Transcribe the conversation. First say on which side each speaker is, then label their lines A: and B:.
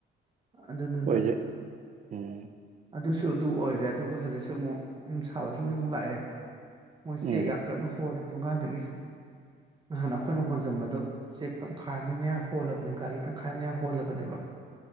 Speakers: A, on the right; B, on the right.
A: ꯑꯗꯨꯗꯨꯅ
B: ꯑꯣꯏꯗꯤ ꯎꯝ
A: ꯑꯗꯨꯁꯨ ꯑꯗꯨ ꯑꯣꯏꯔꯦ ꯑꯗꯨꯒ ꯍꯧꯖꯤꯛꯁꯨ ꯑꯃꯨꯛ ꯌꯨꯝ ꯁꯥꯕꯁꯤꯡꯁꯨ ꯑꯃꯨꯛ ꯂꯥꯛꯑꯦ꯫ ꯃꯣꯏ ꯆꯦꯛ
B: ꯎꯝ
A: ꯌꯥꯝ ꯀꯟꯅ ꯍꯣꯜꯂꯤꯦ ꯊꯣꯡꯒꯥꯟꯗꯒꯤ ꯅꯍꯥꯟ ꯑꯩꯈꯣꯏꯅ ꯍꯣꯟꯖꯟꯕꯗꯨꯣ ꯆꯦꯛ ꯇꯪꯈꯥꯏ ꯃ ꯃꯌꯥ ꯍꯣꯜꯂꯕꯅꯦ ꯒꯥꯔꯤ ꯇꯪꯈꯥꯏ ꯃꯌꯥ ꯍꯣꯜꯂꯕꯅꯦꯕ